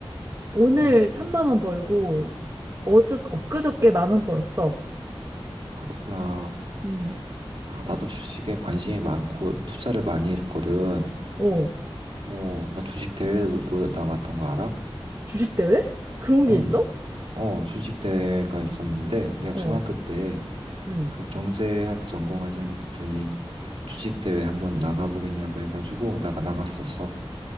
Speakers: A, on the right (about 35°); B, on the right (about 70°).
A: 오늘
B: 음,
A: 3만 원 벌고, 어저, 엊그저께 만 원 벌었어.
B: 그렇구나.
A: 음,
B: 아, 나도 주식에 관심이 많고 투자를 많이 했거든.
A: 어,
B: 어, 나 주식 대회도 나갔던 거 알아?
A: 주식대회? 그런 게
B: 응.
A: 있어?
B: 어, 주식 대회가 있었는데 내가
A: 어.
B: 중학교 때
A: 응.
B: 그 경제학 전공하신 분이 주식 대회 한번 나가보겠냐고 해가지고 나가 나갔었어.